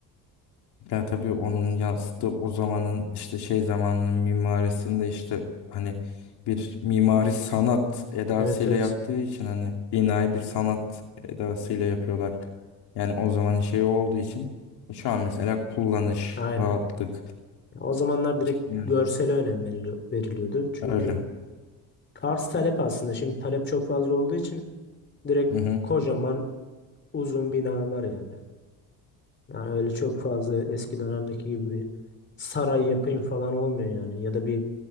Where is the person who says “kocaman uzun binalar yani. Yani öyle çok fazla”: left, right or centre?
Left